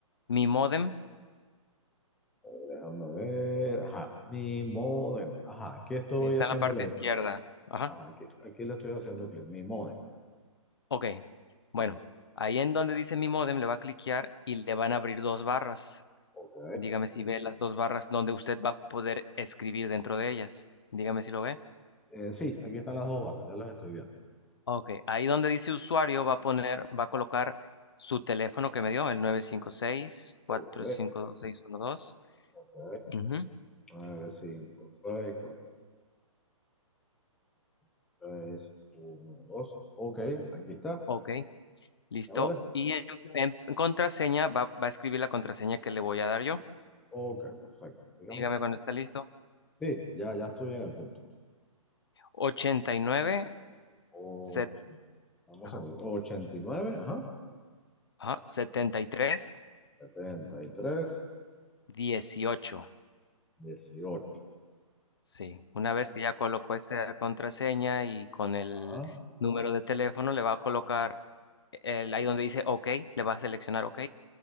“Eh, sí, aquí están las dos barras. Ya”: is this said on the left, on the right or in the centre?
Centre